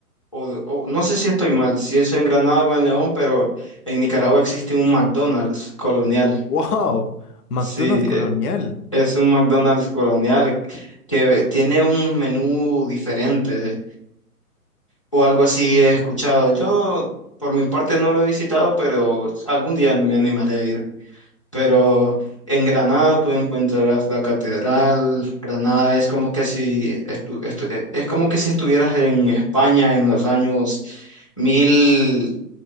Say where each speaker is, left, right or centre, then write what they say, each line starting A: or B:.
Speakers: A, on the left (about 25°); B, on the left (about 75°).
A: o, o- no sé si estoy mal, si es en Granada o en León, pero en Nicaragua existe un McDonald's colonial.
B: ¡Wow! McDonald's
A: Sí,
B: colonial.
A: e- es un McDonald's colonial que tiene un menú diferente o algo así he escuchado. Yo, por mi parte, no lo he visitado, pero algún día me animaré a ir. pero en Granada tú encontrarás la catedral. Granada es como que si estu- estu- eh, es como que si estuvieras en España en los años mil